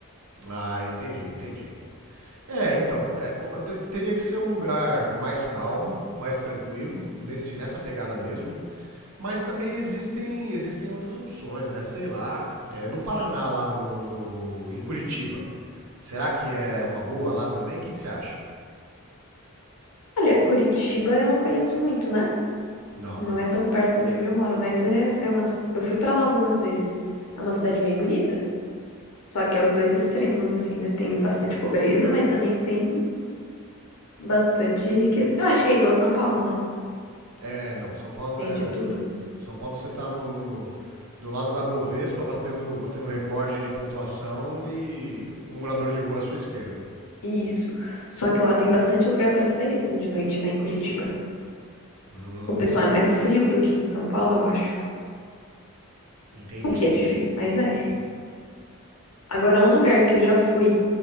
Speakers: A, on the right (about 80°); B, on the left (about 80°).
A: Ah, entendi, entendi. É, então, é, o- o- de- teria que ser um lugar mais calmo, mais tranquilo, nesse, nessa pegada mesmo. Mas também existem, existem outras opções, né? Sei lá, é, no Paraná, lá no, no- no- em Curitiba, será que é uma boa lá também? O que, que você acha?
B: Olha, Curitiba eu não conheço muito, né?
A: Não,
B: Não
A: né?
B: é tão perto de onde eu moro, mas é, é uma. ci- Eu fui pra lá algumas vezes. É uma cidade bem bonita. Só que é os dois extremos, assim, né? Tem bastante pobreza, mas também tem bastante riqueza. Eu acho que é igual São Paulo, né?
A: É, não, São Paulo
B: Tem
A: é...
B: de tudo.
A: São Paulo você tá no, no- no- do lado da Bovespa, batendo, batendo recorde de pontuação e o morador de rua à sua esquerda.
B: Isso. Só que lá tem bastante lugar pra sair, assim, de noite, né? Em Curitiba.
A: Hum,
B: O pessoal
A: é.
B: é mais frio do que em São Paulo, eu acho.
A: Entendi,
B: O que é
A: entendi.
B: difícil, mas é. Agora, um lugar que eu já fui